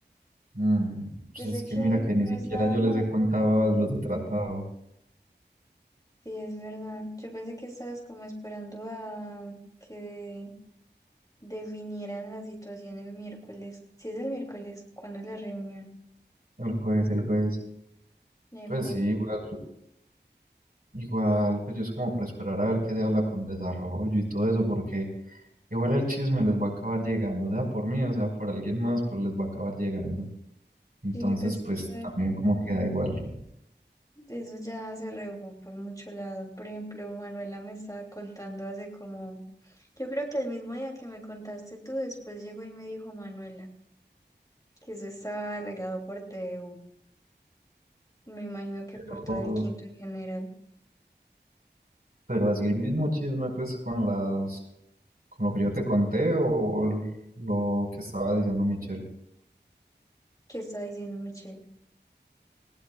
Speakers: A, on the right (about 55°); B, on the left (about 20°).
A: Mm, pues
B: Yo
A: es
B: sé
A: que
B: que
A: mira que ni
B: no
A: siquiera
B: es nada
A: yo
B: malo,
A: les he contado
B: pero.
A: los de tratado.
B: Sí, es verdad. Yo pensé que estabas como esperando a que definieran la situación el miércoles. Sí, es el miércoles, ¿cuándo es la reunión?
A: El juez, el juez.
B: Epa.
A: Pues sí, igual, igual, pues yo es como para esperar a ver qué se habla con desarrollo y todo eso, porque igual el chisme les va a acabar llegando, sea por mí o sea por alguien más, pues les va a acabar llegando. Entonces,
B: Sí, pues
A: pues
B: que eso,
A: también como queda igual.
B: eso ya se rehogó por mucho lado. Por ejemplo, Manuela me estaba contando hace como, yo creo que el mismo día que me contaste tú, después llegó y me dijo Manuela que eso estaba regado por TVU. Me imagino que
A: Pero,
B: por todo el quinto en general.
A: pero así el mismo chisme, pues con las, con lo que yo te conté o, o lo que estaba diciendo Michelle.
B: ¿Qué está diciendo Michelle?